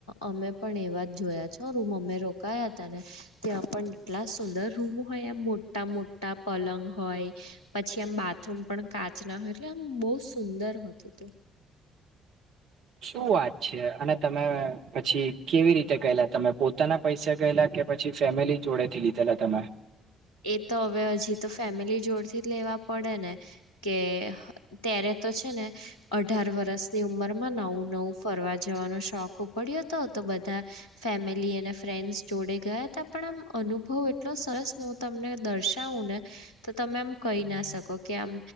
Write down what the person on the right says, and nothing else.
શું વાત છે અને તમે પછી કેવી રીતે ગયેલા તમે પોતાના પૈસા ગયેલા કે પછી ફેમિલી જોડેથી લીધેલા તમેં